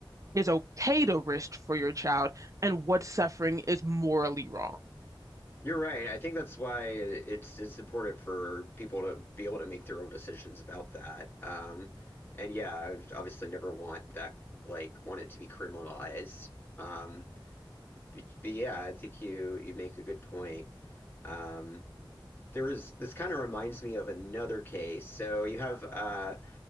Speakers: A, on the right; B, on the left.
A: is okay to risk for your child and what suffering is morally wrong?
B: you're right. I think that's why it's it's important for people to be able to make their own decisions about that. Um, and yeah, I would obviously never want that like want it to be criminalized. Um, but, but yeah, I think you you make a good point. Um, there was this kind of reminds me of another case. So you have uh,